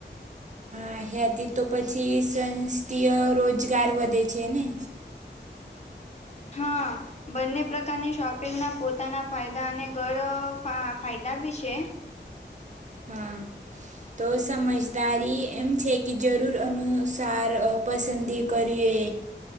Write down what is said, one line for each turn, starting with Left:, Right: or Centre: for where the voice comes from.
Right: ને હેથી તો પછી સંસ્તીય રોજગાર વધે છે ને?
Left: હા. બંને પ્રકારની શોપિંગના પોતાના ફાયદા અને ઘર અહ ફાયદા બી છે.
Right: હા. તો સમજદારી એમ છે કે જરૂર અનુસાર અહ પસંદી કરીએ.